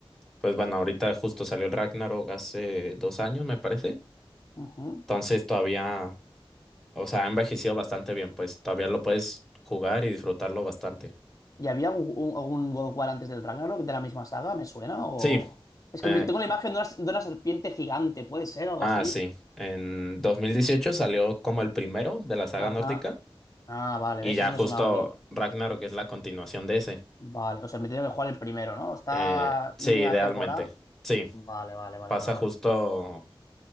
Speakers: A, in the centre; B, on the left (about 40°).
A: pues bueno, ahorita justo salió el Ragnarok hace dos años, me parece.
B: Ujú.
A: Entonces todavía, o sea, ha envejecido bastante bien, pues todavía lo puedes jugar y disfrutarlo bastante.
B: ¿Y había algú- un- algún God of War antes del Ragnarok de la misma saga? ¿Me suena? O...
A: Sí,
B: Es
A: eh,
B: que me- tengo la imagen de una, de una serpiente gigante, ¿puede ser algo
A: ah,
B: así?
A: sí. En 2018 salió como el primero de la saga
B: Ajá.
A: nórdica.
B: Ah, vale,
A: Y
B: ¿ves?
A: ya
B: Eso
A: justo
B: me sonaba a mí.
A: Ragnarok es la continuación de ese.
B: Vale, o sea, me tenía que jugar el primero, ¿no? ¿Está
A: Eh, sí,
B: línea
A: idealmente.
B: temporal?
A: Sí,
B: Vale, vale, vale,
A: pasa
B: vale, vale.
A: justo.